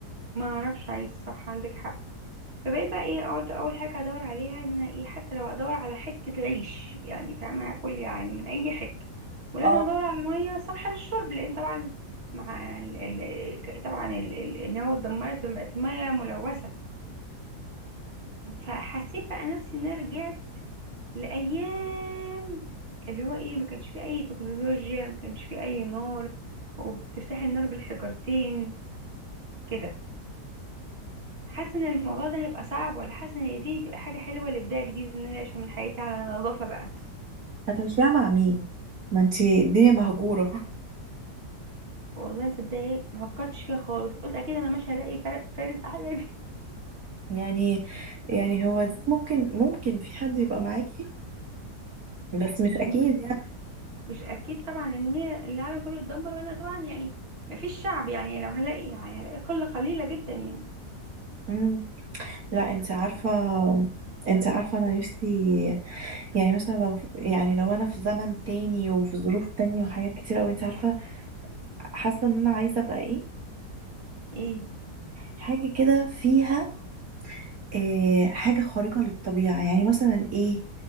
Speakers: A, on the right; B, on the right.
A: ما اعرفش عايز صح عندك حق فبقيت بقى ايه اقعد اول حاجه ادور عليها ان انا ايه حتى لو ادور على حته عيش يعني فاهمه هاكل يعني من اي حته ولازم
B: اه
A: ادور على ميه صالحه للشرب لان طبعا مع ال... ال... ك- طبعا ال... ال... النوى اتدمرت فبقت ميه ملوثه فحسيت بقى نفسي ان انا رجعت لايام اللي هو ايه ما كانش فيه اي تكنولوجيا ما كانش فيه اي نار وبتفتحي النار بالحجرتين كده حاسه ان الموضوع ده هيبقى صعب ولا حاسه ان دي تبقى حاجه حلوه لبدايه جديده ان انا اعيش من حياتي على نظافه بقى
B: هتمشيها مع مين ما انتي الدنيا مهجورة
A: والله صدقني ما فكرتش فيها خالص قلت اكيد انا مش هلاقي فر- فارس احلى
B: <laughs> يعني يعني هو دي ممكن ممكن في حد يبقى معاكي بس مش
A: <laughs>
B: اكيد يعني
A: مش اكيد طبعا ان هي العالم كله اتدمر وانا طبعا يعني ما فيش شعب يعني لو هلاقي يعني هلاقي قله قليله جدا يعني
B: مم. لا انت عارفة انت عارفة انا نفسي يعني مثلا لو يعني لو انا في زمن تاني وفي ظروف تانية وحاجات كتير اوي انت عارفة حاسة ان انا عايزة ابقى ايه
A: ايه
B: حاجة كده فيها إيه حاجة خارقة للطبيعة يعني مثلا ايه